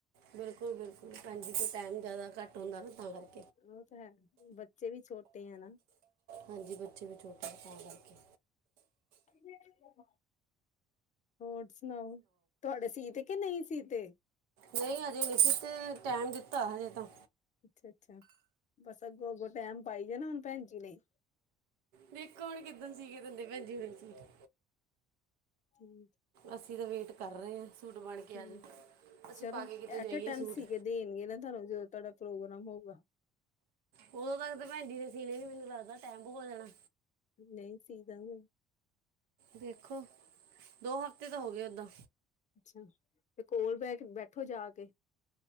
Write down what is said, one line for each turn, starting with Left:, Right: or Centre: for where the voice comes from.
Right: ਬਿਲਕੁਲ- ਬਿਲਕੁਲ ਭੈਣਜੀ, ਤਾਂ ਟਾਈਮ ਜ਼ਿਆਦਾ ਘੱਟ ਹੁੰਦਾ ਨਾ ਤਾਂ ਕਰਕੇ।
Left: ਉਹ ਤਾਂ ਹੈ, ਬੱਚੇ ਵੀ ਛੋਟੇ ਹੈ ਨਾ।
Right: ਹਾਂਜੀ, ਬੱਚੇ ਵੀ ਛੋਟੇ ਤਾਂ ਕਰਕੇ।
Left: ਹਮ <unintelligible> ਹੋਰ ਸੁਣਾਓ,? ਤੁਹਾਡੇ ਸੀ ਤੇ ਕਿ ਨਹੀਂ ਸੀਤੇ?
Right: ਨਹੀਂ, ਹਜੇ ਨਹੀਂ ਸੀ ਤੇ ਟਾਈਮ ਦਿੱਤਾ ਹਜੇ ਤਾਂ।
Left: ਅੱਛਾ -ਅੱਛਾ ਬਸ ਅੱਗੋਂ -ਅੱਗੋਂ ਟੈਮ ਪਾਈ ਜਾਣਾ ਹੁਣ ਭੈਣ ਜੀ ਨੇ।
Right: ਦੇਖੋ, ਹੁਣ ਕਿੱਦਣ ਸੀ ਕੇ ਦਿੰਦੇ ਭੈਣਜੀ ਸੂਟ।
Left: ਹਮ।
Right: ਅਸੀਂ ਤਾਂ ਵੇਟ ਕਰ ਰਹੇ ਹਾਂ, ਸੂਟ ਬਣ ਕੇ
Left: ਠੀਕ
Right: ਆਜੇ, ਅਸੀਂ
Left: ਚਲੋ
Right: ਪਾ ਕੇ ਕਿਤੇ
Left: ਐਟ
Right: ਜਾਈਏ
Left: ਅ ਟਾਈਮ
Right: ਸੂਟ।
Left: ਸੀ ਕੇ ਦੇਣਗੇ ਨਾ ਤੁਹਾਨੂੰ ਜਦੋਂ ਤੁਹਾਡਾ ਪ੍ਰੋਗਰਾਮ ਹੋਊਗਾ।
Right: ਉਦੋਂ ਤੱਕ ਤਾਂ ਭੈਣਜੀ ਦੇ ਸੀਣੇ ਨੀ, ਮੈਨੂੰ ਲੱਗਦਾ ਟਾਈਮ ਹੋ ਜਾਣਾ।
Left: ਨਹੀਂ ਸੀ ਦੇਣਗੇ।
Right: ਦੇਖੋ ਦੋ ਹਫ਼ਤੇ ਤਾਂ ਹੋ ਗਏ ਓਦਾਂ।
Left: ਅੱਛਾ, ਤੇ ਕੋਲ ਬੈ ਬੈਠੋ ਜਾ ਕੇ।